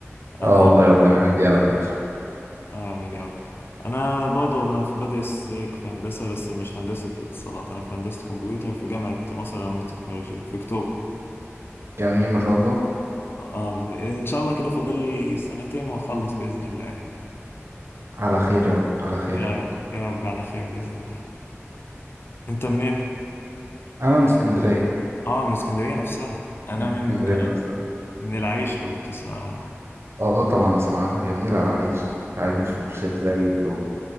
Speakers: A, on the right (about 60°); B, on the left (about 50°).
A: اه
B: انا
A: والله ربنا يعدي على خير
B: امين يا رب انا برضه انا في- بدرس زيك في هندسة بس مش هندسة اتصالات انا في هندسة كمبيوتر في جامعة مصر للعلوم والتكنولوجيا في اكتوبر
A: جميل ما شاء الله
B: آه ان شاء الله كده فاضل لي سنتين واخلص باذن الله يعني
A: على خير يا رب على خير
B: يا
A: يا
B: رب
A: رب
B: يا رب على خير باذن الله انت منين
A: انا من اسكندرية
B: اه من اسكندرية نفسها انا
A: من
B: من
A: اسكندرية نفسها
B: من العريش لو تسمع عنها
A: اه طبعا اسمع عنها جميلة العريش العريش والشيخ زايد و...